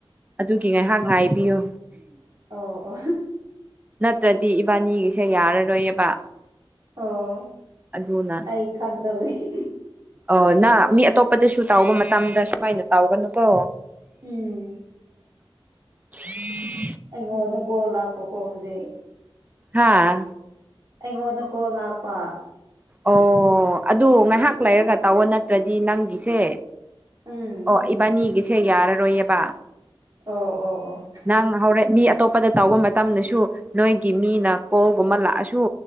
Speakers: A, on the right; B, on the right.
A: ꯑꯗꯨꯒꯤ ꯉꯥꯏꯍꯥꯛ ꯉꯥꯏꯕꯤꯌꯣ
B: ꯑꯣ
A: ꯅꯠꯇ꯭ꯔꯗꯤ ꯏꯕꯥꯅꯤꯒꯤꯁꯦ ꯌꯥꯔꯔꯣꯏꯌꯦꯕ
B: ꯑꯣ
A: ꯑꯗꯨꯅ
B: ꯑꯩ ꯈꯪꯗꯕꯒꯤ
A: ꯑꯣ ꯅꯪ ꯃꯤ ꯑꯇꯣꯞꯄꯗꯁꯨ ꯇꯧꯕ ꯃꯇꯝꯗ ꯁꯨꯃꯥꯏꯅ ꯇꯧꯒꯅꯨꯀꯣ
B: ꯎꯝ
A: <unintelligible>
B: ꯑꯩꯉꯣꯟꯗ ꯀꯣꯜ ꯂꯥꯛꯄꯀꯣ ꯍꯧꯖꯤꯛ
A: ꯍꯥꯥ
B: ꯑꯩꯉꯣꯟꯗ ꯀꯣꯜ ꯂꯥꯛꯄ
A: ꯑꯣ ꯑꯗꯨ ꯉꯥꯏꯍꯥꯛ ꯂꯩꯔꯒ ꯇꯧꯑꯣ ꯅꯠꯇ꯭ꯔꯗꯤ ꯅꯪꯒꯤꯁꯦ
B: ꯎꯝ
A: ꯑꯣ ꯏꯕꯥꯅꯤꯒꯤꯁꯦ ꯌꯥꯔꯔꯣꯏꯌꯦꯕ
B: ꯑꯣ ꯑꯣ ꯑꯣ
A: ꯅꯪ ꯍꯧꯔꯦ ꯃꯤ ꯑꯇꯣꯞꯄꯗ ꯇꯧꯕ ꯃꯇꯝꯗꯁꯨ ꯅꯣꯏꯒꯤ ꯃꯤꯅ ꯀꯣꯜꯒꯨꯝꯕ ꯂꯥꯛꯑꯁꯨ